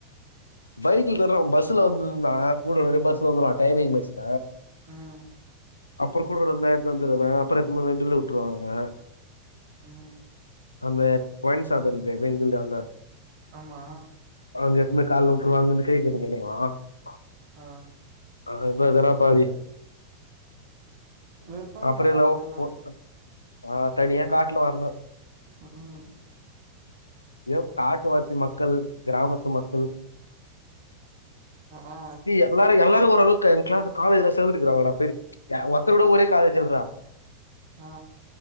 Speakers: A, on the left (about 80°); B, on the right (about 45°).
A: பைக்ல தான்றாவ பஸ்ல வந்துந்தா கூட வெறு பஸ்ல வந்துருவா டைமிங் பஸ்ல
B: ம்
A: அப்புற கூட <unintelligible> வந்துடுவ அப்புறோ <unintelligible> விட்டுருவ அவனா
B: ம்
A: அந்த ஒயின் ஷாப் இருக்கு வெங்கல்ல அங்க
B: ஆமா
A: வண்டி எத்துனுபோயி கால்ல <unintelligible>
B: ஆ
A: ஆ இப்ப தரா பாதி
B: வெறுப்பா இருக்குன்டாப்பா
A: அப்புற எல்லாவ்
B: அது மாரிலா
A: ஓ ஆ தனியா காட்ல வர்னு
B: ம் ம்
A: ஏவ் காட்டுவாசி மக்கள் கிராமத்து மக்கள்
B: ஆ
A: பி எலாரு எல்லா த்து ஓரளவுக்கு என் கிளா காலேஜ்ல சேர்ந்துருக்கிறாங்கள்ளடா பேருக்கு எ ஒருத்தர் கூட ஒரே காலேஜ் இல்றா
B: ஆ